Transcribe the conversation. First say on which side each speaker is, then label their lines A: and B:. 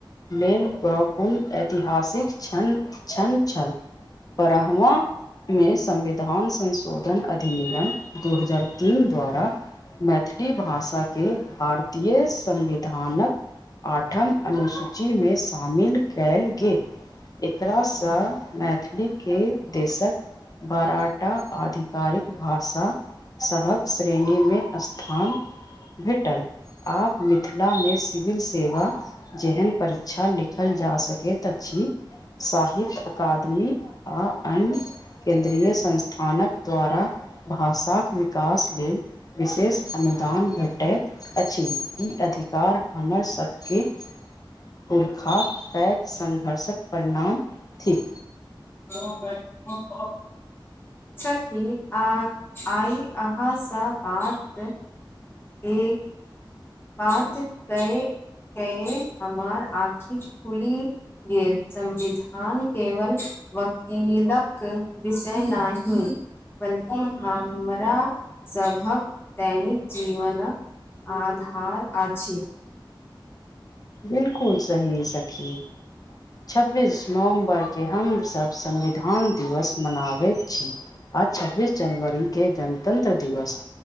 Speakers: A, on the left; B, on the left.
A: लेल प्रपूर्ण ऐतिहासिक छण छण छल बह्म मे संविधान संसो शोधन अधिनियम दू हजार तीन द्वारा मैथिली भाषा के भारतीय संविधानक आठम अनुसूची में शामिल कैल गेल एकरासँ मैथिली के देशक फराटा आधिकारिक भाषा सभक श्रेणीमे स्थान भेटल आब मिथिला मे सिविल सेवा जेहन परीक्षा लिखल जा सकैत अछि साहित्य अकादमी आ अन्य केन्द्रीय संस्थानक द्वारा भाषाक विकास लेल विशेष अनुदान भेट ट अछि ई अधिकार हमर सबके पुरखाक पैघ सङ्घर्षक परिणाम थिक
B: <unintelligible> <unintelligible> सखी आ आइ अहाँसँ बात इ बात कै कै हमार आँखि खुली गेल संविधान केवल वकीलक विषय नहि बल्कि हमरा सभक दैनिक जीवनक आधार अछि
A: बिल्कुल सही सखी छब्बीस नवम्बरके हमसभ संविधान दिवस मनाबैत छी आ छब्बीस जनवरी के गणतंत्र दिवस